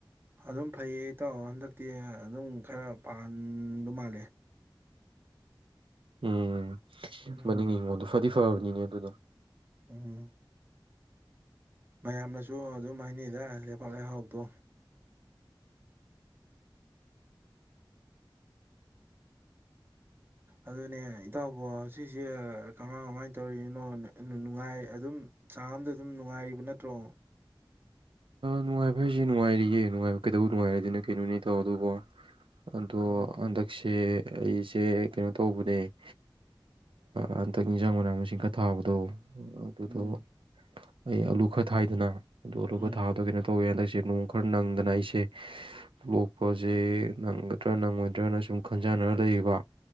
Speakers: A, on the right; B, on the right.
A: ꯑꯗꯨꯝ ꯐꯩꯌꯦ ꯏꯇꯥꯎ ꯍꯟꯗꯛꯇꯤ ꯑꯗꯨꯝ ꯈꯔ ꯄꯥꯟꯕ ꯃꯥꯜꯂꯦ
B: ꯎꯝ
A: ꯎꯝ
B: ꯃꯅꯤꯡꯒꯤ ꯍꯤꯡꯒ‌ꯣꯜꯗꯣ ꯐꯗꯤ ꯐꯕꯅꯤꯅꯦ ꯑꯗꯨꯗꯣ
A: ꯎꯝ ꯃꯌꯥꯝꯅꯁꯨ ꯑꯗꯨꯝ ꯍꯥꯏꯅꯩꯗ ꯂꯩꯄꯥꯛ ꯂꯩꯍꯥꯎꯗꯣ ꯑꯗꯨꯅꯦ ꯏꯇꯥꯎꯕ‌ꯣ ꯍꯧꯛꯁꯦ ꯀꯃꯥꯏ ꯀꯃꯥꯏꯅ ꯇꯧꯔꯤꯅꯣ ꯅꯨꯡꯉꯥꯏ ꯑꯗꯨꯝ ꯆꯥꯡ ꯑꯝꯗ ꯑꯗꯨꯝ ꯅꯨꯡꯉꯥꯏꯔꯤꯕ ꯅꯠꯇ꯭ꯔꯣ
B: ꯅꯨꯡꯉꯥꯏꯕ ꯍꯥꯏꯁꯦ ꯅꯨꯡꯉꯥꯏꯔꯤꯌꯦ ꯅꯨꯡꯉꯥꯏꯕ ꯀꯩꯗꯧꯕ ꯅꯨꯡꯉꯥꯏꯔ‌ꯣꯏꯗꯤꯅ‌ꯣ ꯀꯩꯅꯣꯅꯦ ꯏꯇꯥꯎ ꯑꯗꯨꯕꯨ ꯑꯗꯣ
A: ꯎꯝ
B: ꯍꯟꯗꯛꯁꯦ ꯑꯩꯁꯦ ꯀꯩꯅꯣ ꯇꯧꯕꯅꯦ ꯍꯟꯗꯛ ꯌꯦꯟꯁꯥꯡ ꯃꯅꯥ ꯃꯁꯤꯡ ꯈꯔ ꯊꯥꯕꯗꯣ ꯑꯗꯨꯗꯣ
A: ꯎꯝ
B: ꯑꯩ ꯑꯂꯨ ꯈꯔ ꯊꯥꯏꯗꯅ ꯑꯗꯨ ꯑꯂꯨ
A: ꯎꯝ
B: ꯈ ꯑꯣ ꯀꯩꯅꯣ ꯇꯧꯋꯦ ꯍꯟꯗꯛꯁꯦ ꯅꯣꯡ ꯈꯔ ꯅꯪꯗꯅ ꯑꯩꯁꯦ ꯂꯣꯛꯄꯁꯦ ꯅꯪꯒꯗ꯭ꯔꯥ ꯅꯪꯉꯣꯏꯗ꯭ꯔꯅ ꯁꯨꯝ ꯈꯟꯖꯅꯔ ꯂꯩꯌꯦꯕ